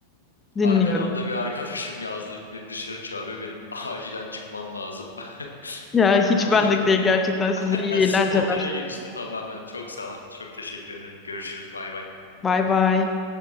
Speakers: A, on the left; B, on the left.
A: Dinliyorum.
B: Arkadan da bir arkadaşım yazdı. Beni dışarı çağırıyor. Benim <laughs> acilen çıkmam lazım. <laughs>
A: Ya hiç
B: Anladın
A: benlik
B: mı?
A: değil gerçekten size
B: <laughs>
A: iyi
B: Spontane
A: eğlenceler.
B: gelişti tamamen. Çok sağ ol. Çok teşekkür ederim. Görüşürüz. Bay bay.
A: Bay bay.